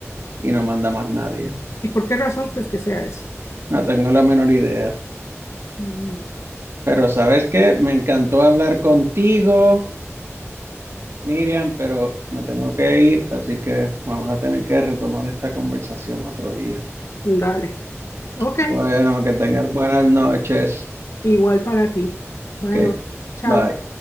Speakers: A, on the right; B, on the left.
A: y no manda más nadie.
B: ¿Y por qué razón crees que sea eso?
A: No tengo la menor idea.
B: Mm,
A: Pero ¿sabes qué? Me encantó hablar contigo, Miriam, pero me tengo que ir, así que vamos a tener que retomar esta conversación otro día.
B: Dale. Ok.
A: Bueno, que tengas buenas noches.
B: Igual para ti. Buenas
A: Ok,
B: noches. Chao.
A: bye.